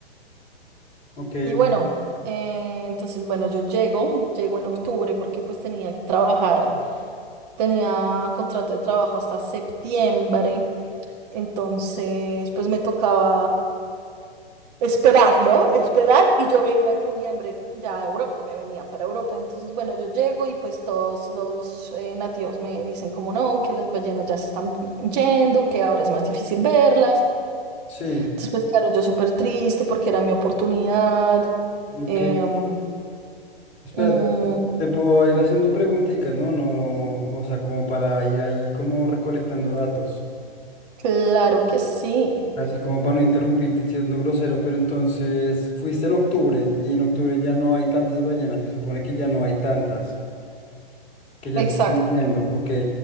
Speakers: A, on the left; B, on the right.
A: ok,
B: Y bueno,
A: ok.
B: eh, entonces bueno, yo llego, llego en octubre porque pues tenía que trabajar, tenía contrato de trabajo hasta septiembre, entonces pues me tocaba Esperarlo, esperar, y yo me iba en noviembre ya a Europa, me venía para Europa. Entonces, bueno, yo llego y pues todos los eh, nativos me dicen como no, que las ballenas ya se están yendo, que ahora es más difícil verlas.
A: Sí,
B: Entonces, pues claro, yo súper triste porque era mi oportunidad.
A: ok.
B: Em,
A: Espérate,
B: mm,
A: te puedo ir haciendo preguntitas, ¿no? No, o sea, como para ir ahí como recolectando datos.
B: claro que sí,
A: Así como para no interrumpirte siendo grosero, pero entonces fuiste en octubre y en octubre ya no hay tantas ballenas, se supone que ya no hay tantas, que ya
B: exacto.
A: se están moviendo, ok.